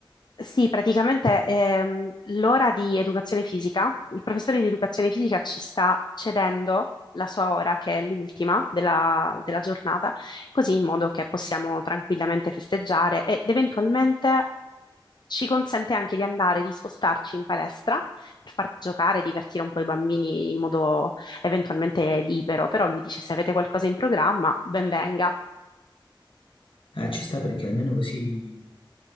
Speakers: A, on the left; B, on the left.
A: Sì, praticamente ehm, l'ora di educazione fisica, il professore di educazione fisica ci sta cedendo la sua ora, che è l'ultima della, della giornata, così in modo che possiamo tranquillamente festeggiare ed eventualmente Ci consente anche di andare, di spostarci in palestra per far giocare, divertire un po' i bambini in modo eventualmente libero, però lui dice se avete qualcosa in programma, ben venga.
B: Eh, ci sta perché almeno così